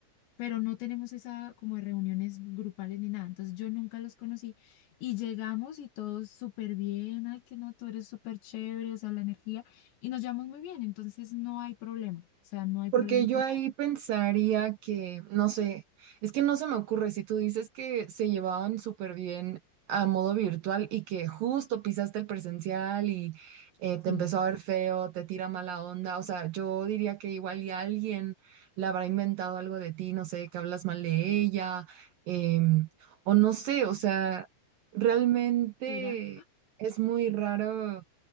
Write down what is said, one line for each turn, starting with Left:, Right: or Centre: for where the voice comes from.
Left: pero no tenemos esa como de reuniones grupales ni nada. Entonces yo nunca los conocí y llegamos y todos súper bien, ay, que no, tú eres súper chévere, o sea, la energía, y nos llevamos muy bien, entonces no hay problema, o sea, no hay
Right: Porque
Left: problema con
Right: yo ahí
Left: nadie.
Right: pensaría que, no sé, es que no se me ocurre si tú dices que se llevaban súper bien a modo virtual y que justo pisaste el presencial y eh, te
Left: Sí.
Right: empezó a ver feo, te tira mala onda, o sea, yo diría que igual y alguien le habrá inventado algo de ti, no sé, que hablas mal de ella, em, o no sé, o sea, realmente
Left: ¿Será?
Right: es muy raro.